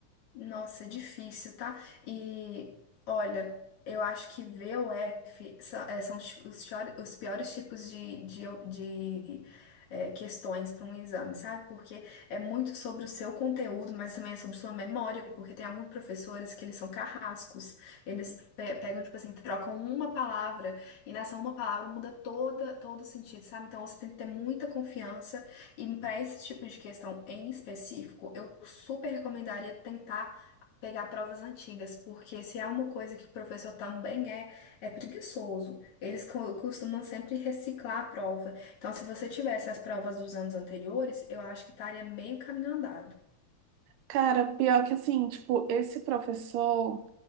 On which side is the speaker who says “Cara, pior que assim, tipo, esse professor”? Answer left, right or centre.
Right